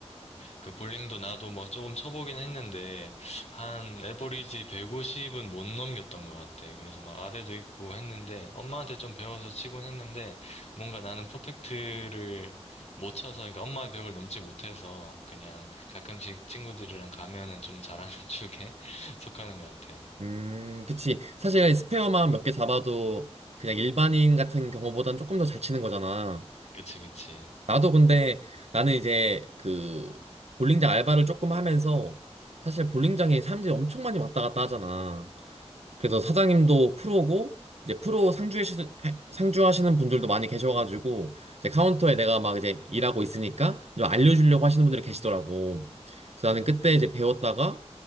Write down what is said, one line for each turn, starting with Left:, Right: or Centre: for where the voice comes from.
Left: 그 볼링도 나도 뭐 조금 쳐보긴 했는데 한 에버리지 150은 못 넘겼던 것 같아. 그래서 막 아대도 있고 했는데 엄마한테 좀 배워서 치곤 했는데 뭔가 나는 퍼펙트를 못 쳐서 그러니까 엄마의 벽을 넘지 못해서 그냥 가끔씩 친구들이랑 가면은 좀 잘하는 <laughs> 쪽에 속하는 것 같아.
Right: 음, 그치. 사실 스페어만 몇 개 잡아도 그냥 일반인 같은 경우보단 조금 더 잘 치는 거잖아.
Left: 그치 그치.
Right: 나도 근데 나는 이제 그 볼링장 알바를 조금 하면서 사실 볼링장에 사람들이 엄청 많이 왔다 갔다 하잖아. 그래서 사장님도 프로고 이제 프로 상주하시는 상주하시는 분들도 많이 계셔가지고 이제 카운터에 내가 막 이제 일하고 있으니까 좀 알려주려고 하시는 분들이 계시더라고. 그래서 나는 그때 이제 배웠다가